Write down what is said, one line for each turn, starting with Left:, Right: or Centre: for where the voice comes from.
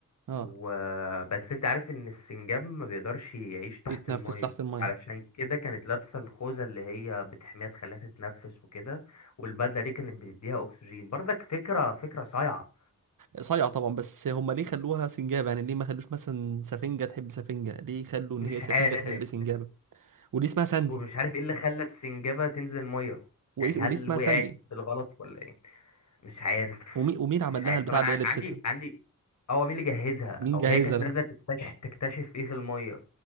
Right: اه
Left: وبس انت عارف ان السنجاب ما بيقدرش يعيش تحت
Right: بيتنفس
Left: المية
Right: تحت الميه
Left: علشان كده كانت لابسة الخوذة اللي هي بتحميها تخليها تتنفس وكده والبدلة دي كانت بتديها اكسجين برضك فكرة فكرة صايعة
Right: صايعة طبعا بس هم ليه خلوها سنجابة يعني ليه ما خلوش مثلا سفنجة تحب سفنجة ليه خلوا ان
Left: مش
Right: هي سفنجة
Left: عارف
Right: تحب سنجابة وليه اسمها ساندي
Left: ومش عارف ايه اللي خلى السنجابة تنزل مية
Right: وايه
Left: يعني
Right: وليه
Left: هل
Right: اسمها
Left: وقعت
Right: ساندي
Left: بالغلط ولا ايه مش عارف
Right: ومين ومين عمل
Left: مش عارف
Right: لها البتاع
Left: طب انا
Right: اللي هي لبستها
Left: عندي عندي اه مين اللي جهزها
Right: مين
Left: او
Right: جهزها
Left: هي كانت
Right: لها
Left: نازلة تكتشف تكتشف ايه في المية